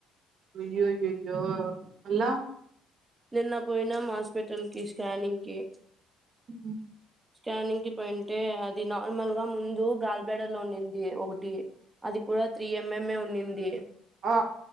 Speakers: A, on the right; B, on the right.
A: అయ్యోయ్యోయ్యో అల్ల
B: నిన్నపోయినం హాస్పిటల్కి స్కానింగ్కి
A: మ్
B: స్కానింగ్ కి పోయింటే అది నార్మల్ గా ముందు గాల్బేడలో ఉండింది ఒక్ ది అది కూడ త్రీ ఎంఎంఏ ఉన్నింది
A: ఆ